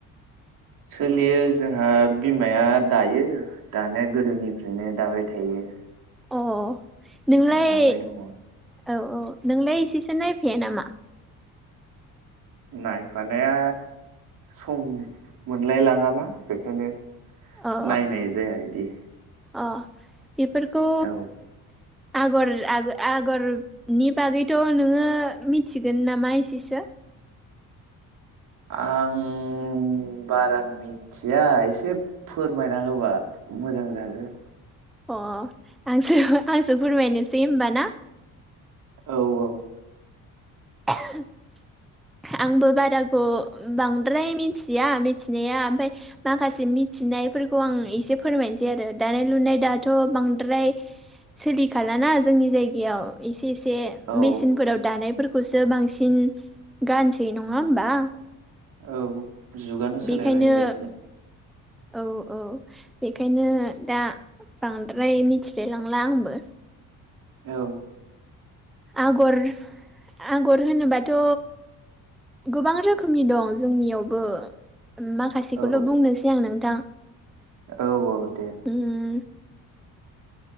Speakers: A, on the right (about 65°); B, in the centre.
A: सोलियो जोंहा बिमाया दायो दानाया गोदोनिफ्रायनो दाबाय थायो।
B: अ नोंलाय
A: दाबाय दङ
B: औ औ नोंलाय एसेसो नायफाया नामा?
A: नायफानाया सम मोनलायलाङ ना बेखायनो
B: अ
A: नायनाय जाया आदि।
B: अ बेफोरखौ
A: औ
B: आगर आ आगरनि बागैथ' नोङो मिथिगोन नामा एसेसो।
A: आं बारा मिथिया एसे फोरमायना होबा मोजां जागोन।
B: अ आंस आंसो फोरमायनोसै होनबा ना।
A: औ औ
B: <inaudible> आंबो बाराखौ बांद्राय मिथिया मिथिनाया ओमफफ्राय माखासे मिथिनायफोरखौ आं एसे फोरमायनोसै आरो दानाय लुनाय दाथ' बांद्राय जोंनि जायगायाव एसे
A: औ
B: मेसिनफोराव दानायफोरखौ खौसो बांसिन गानसै नङा होमबा?
A: औ जुगानो
B: बेखायनो
A: सोलायबाय होनबायसो
B: औ औ‌ ‌बेखायनो‌ दा बांद्राय मिथिलायलांला आंबो।
A: औ
B: आगर आगर होनोबाथ' गोबां रोखोमनि दं जोंनियावबो माखासेखौल'
A: औ
B: बुंनोसै आं नोंथां।
A: औ औ दे
B: उम